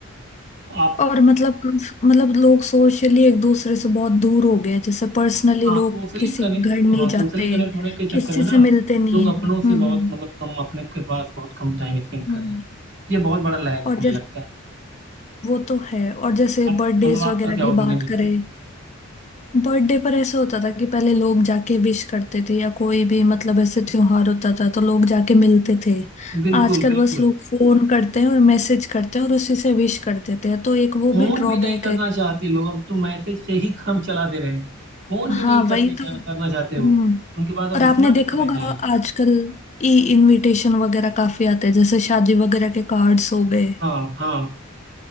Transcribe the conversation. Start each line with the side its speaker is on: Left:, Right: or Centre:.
Right: आप
Left: और मतलब मतलब लोग सोशली एक दूसरे से बहुत दूर हो गए हैं जैसे पर्सनली
Right: हाँ
Left: लोग
Right: सोशली
Left: किसी
Right: कनेक्ट
Left: के घर नहीं
Right: हाँ सोशली
Left: जाते
Right: कनेक्ट होने के चक्कर
Left: किसी
Right: में ना
Left: से मिलते नहीं
Right: लोग
Left: है
Right: अपनों
Left: हम्म
Right: से बहुत
Left: हम्म
Right: मतलब कम अपने के पास बहुत कम टाइम स्पेंड
Left: हम्म।
Right: कर रहे हैं ये बहुत बड़ा लहर है
Left: और
Right: मुझे
Left: जैसे
Right: लगता है
Left: वो तो है और जैसे
Right: आप
Left: बर्थडेज
Right: मतलब
Left: वगैरह
Right: आपका क्या
Left: की
Right: ओपिनियन
Left: बात
Right: इस
Left: करें
Right: पे
Left: बर्थडे पर ऐसा होता था कि पहले लोग जाके विश करते थे या कोई भी मतलब ऐसे त्योहार होता था तो लोग जाके मिलते थे
Right: बिल्कुल
Left: आजकल
Right: बिल्कुल
Left: बस लोग फोन करते हैं और मैसेज करते हैं और उसी से विश कर देते हैं तो एक वो
Right: फोन
Left: भी ड्रॉबैक
Right: भी नहीं करना
Left: है
Right: चाहते लोग अब तो मैसेज से ही काम चला दे रहे हैं फोन भी
Left: हाँ
Right: नहीं करने
Left: वही
Right: चाह,
Left: तो हम्म
Right: करना चाहते वो उनके पास अब
Left: और आपने
Right: उतना भी
Left: देखा
Right: समय
Left: होगा
Right: नहीं है
Left: आजकल ई इनविटेशन वगैरह काफी आते हैं जैसे शादी वगैरह के कार्ड्स हो गए
Right: हाँ हाँ